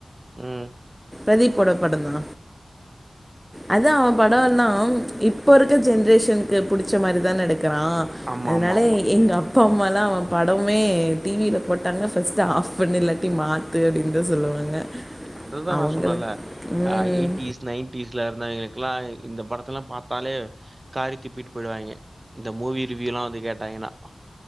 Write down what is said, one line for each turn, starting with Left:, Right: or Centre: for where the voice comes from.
Right: ம்
Centre: ப்ரதீப்போட படந்தா அதா அவ படோ எல்லா இப்ப இருக்க ஜென்ரேஷன்க்கு புடிச்ச மாரி தா எடுக் கறா
Right: ஆமா,
Centre: அதுனால
Right: ஆமா, ஆமா.
Centre: எங்கப் பா அம்மாலா அவ படமே டி வி ல போட்டாங்க ஃபஸ்ட்டு ஆஃப் பண்ணு இல்லாட்டி மாத்து அப்டின் தா சொல்லுவாங்க
Right: அது தா
Centre: அவங்களும்
Right: நா சொன்னல்ல
Centre: ம்
Right: அ எய்ட்டீஸ் நைன்டீஸ்லா இருந்தவ்ங்களுக் குலா இந்த படத்தல்லா பாத்தாலே காரி துப்பிட்டு போய்டுவாங்க இந்த மூவி ரிவியூல்லா வந்து கேட்டாங்கனா